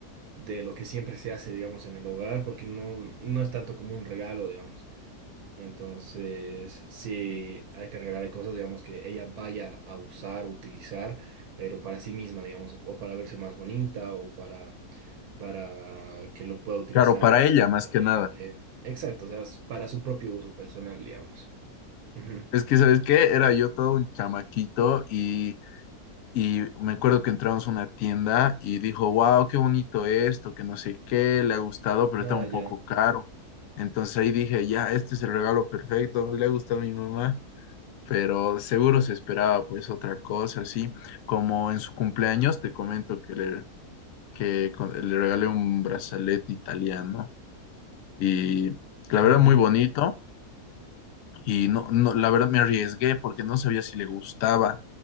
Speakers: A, on the right; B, on the left.
A: de lo que siempre se hace, digamos, en el hogar, porque no, no es tanto como un regalo, digamos. Entonces, sí, hay que regalarle cosas, digamos, que ella vaya a usar, utilizar, pero para sí misma, digamos, o, o para verse más bonita o para, para que lo pueda utilizar
B: Claro, para ella
A: diariamente.
B: más que nada.
A: Exacto, o sea, es para su propio uso personal, digamos. Ujú.
B: Es que, ¿sabes qué? Era yo todo un chamaquito y Y me acuerdo que entramos a una tienda y dijo, wow, qué bonito esto, que no sé qué, le ha gustado, pero
A: Ah,
B: está un
A: ya.
B: poco caro. Entonces ahí dije, ya, este es el regalo perfecto, le ha gustado a mi mamá, pero seguro se esperaba pues otra cosa, así como en su cumpleaños, te comento que le, que con- le regalé un brazalete italiano y la
A: Ujú.
B: verdad muy bonito y no, no, la verdad me arriesgué porque no sabía si le gustaba